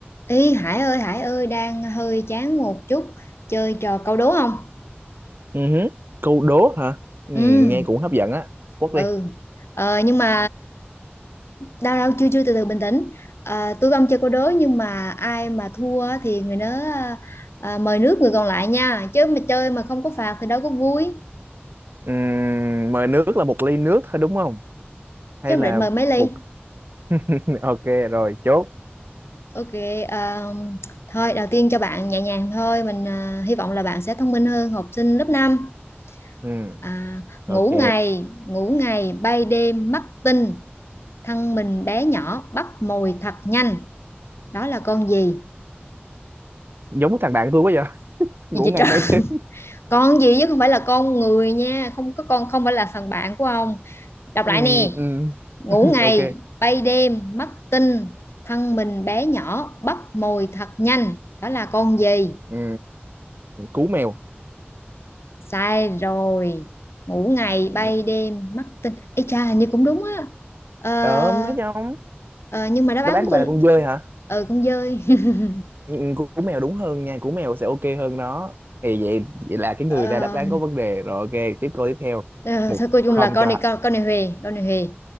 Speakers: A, on the left; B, on the right.
A: Ý Hải ơi Hải ơi đang hơi chán một chút chơi trò câu đố không?
B: Ừ hứ. Câu đố hả? Ừ,
A: Ừ
B: nghe cũng hấp dẫn á. Quất
A: ừ
B: đi.
A: ờ, nhưng mà đau đau chưa chưa từ từ bình tĩnh Ờ, tôi không chơi câu đố nhưng mà ai mà thua á thì người đó à, mời nước người còn lại nha chứ mà chơi mà không có phạt thì đâu có vui
B: Ừm, mời nước là một ly nước thôi đúng không?
A: chứ
B: Hay
A: không
B: là
A: định mời mấy ly
B: một... <laughs> ok rồi, chốt.
A: ok ờ, thôi đầu tiên cho bạn nhẹ nhàng thôi mình ờ, hy vọng là bạn sẽ thông minh hơn học sinh lớp 5.
B: Ừ,
A: à, ngủ
B: ok.
A: ngày ngủ ngày bay đêm mắt tinh thân mình bé nhỏ bắp mồi thập nhanh đó là con gì
B: Giống thằng bạn tôi quá vậy. <laughs> Ngủ
A: gì vậy
B: ngày
A: trời
B: bay đêm.
A: <laughs> con gì chứ không phải là con người nha không có con không phải là thằng bạn của ông đọc
B: Ừ,
A: lại nè
B: ừ,
A: ngủ
B: <laughs>
A: ngày
B: ok.
A: bay đêm mất tinh thân mình bé nhỏ bắp mồi thật nhanh đó là con gì
B: Ừ, cú mèo.
A: sai rồi ngủ ngày
B: Ừ,
A: bay đêm mất tinh Ê cha hình như cũng đúng á Ờ,
B: Ờ, thấy không?
A: ờ, nhưng mà đáp
B: Đáp
A: án
B: án
A: của
B: của
A: tôi
B: bạn là con dơi hả?
A: ừ con dơi <laughs>
B: Ừ, cú cú mèo đúng hơn nha. Cú mèo sẽ ok hơn nó. Thì vậy, vậy là cái
A: Ờ,
B: người ra đáp án có vấn đề. Rồi ok, tiếp câu tiếp theo.
A: Ờ,
B: Một
A: thôi cuối cùng
B: không
A: là con
B: cho
A: này con con này Huề con này Huề